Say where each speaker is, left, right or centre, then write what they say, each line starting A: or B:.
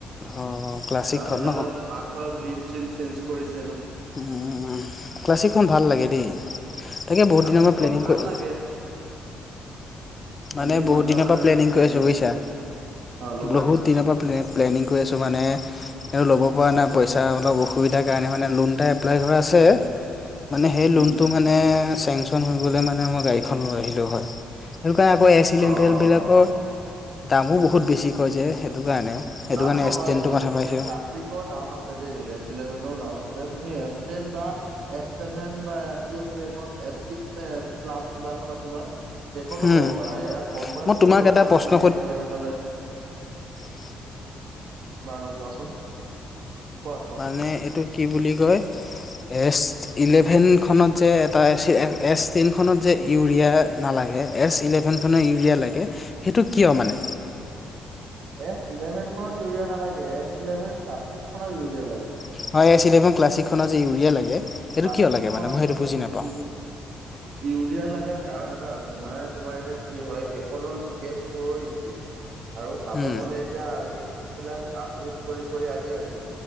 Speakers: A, on the left (about 30°); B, on the right (about 70°).
A: অ ক্লাছিকখন
B: তাৰ মানে
A: ন
B: অলপ আগফালৰ গ্ৰিল চেঞ্জ কৰিছিল
A: উ ক্লাছিকখন ভাল লাগে দেই তাকে বহুত
B: ক্লাছিকখন
A: দিনৰ মই প্লেনিং
B: ভাল
A: কৰিঁ
B: লাগে কিন্তু
A: মানে
B: ইমান
A: বহুত
B: এটা
A: দিনৰ
B: মানে
A: পৰা প্লেনিং
B: হেৰি
A: কৰি আছো
B: নহয়
A: বুজিছা
B: আৰু অ ল'বা
A: বহুত
B: নেকি?
A: দিনৰ পৰা প্লেনিং কৰি আছো। মানে স ল'ব পৰা নাই পইচা অলপ অসুবিধাৰ কাৰণে মানে লোন এটা এপ্লাই কৰা আছে। সয় মানে সেই
B: উম।
A: লোনটো মানে চেংচন হৈ গলে মানে মই গাড়ীখন লৈ আহিলো হয়। সেইটো কাৰণে আকৌ এছল
B: অ অ
A: এম ফেল বিলাকৰ
B: অ।
A: দামো বহুত বেছি ক যে সেইটো কাৰণেও। সেইটো
B: নামটো
A: কাৰণে এছ
B: হয়
A: টেনটো মাথা
B: মানে
A: মাৰিছো
B: ক্লাছিকৰ দাম আছে। দেই লেছ ইলেভেনৰ দাম আছে। তুমি এছ টেন বা এছ চছেভেন বা কি আছিলখন এ চিক্স নে প্লাচ কিবাখন চল কেইখনো
A: উম
B: ল'ব পাৰা এয়া কনভাৰ্ট
A: মই
B: কৰি
A: তোমাক
B: ল'ব
A: এটা
B: পাৰা
A: প্ৰশ্ন
B: তুমি এভেনলৈ।
A: হয়।
B: বাৰু কোৱাচোন। কোৱা কোৱা
A: মানে এইটো কি বুলি কয় এচ। ইলেভেন খত যে এটা এ টেন খত যে ইউৰিয়া নালাগে এ <inaudible> ইউৰিয়া লাগে সেইটো কি মানে
B: এছ ইলেভেনখনত ইউৰিয়া নালাগে। এছ ইলেভেন ক্লাছ ছিক্স খত ইউৰিয়া লাগে।
A: <inaudible> ক্লাছিক খনৰ যে ইউৰিয়া লাগে সেইটো
B: বাচিকখন
A: কিয় লাগে মই সেইটো
B: মানে
A: বুজি নাপাওঁ
B: বি ইউৰিয়া লগাৰ কাৰণ এটা আছে। মানে তোমাৰ এতিয়া কি হয় সেইখন হ'ল ৰ ইগিত আৰু চাব
A: উম
B: গলে এতিয়া ইজিত বিলাক আপডেত কৰি কৰি আনি আছে।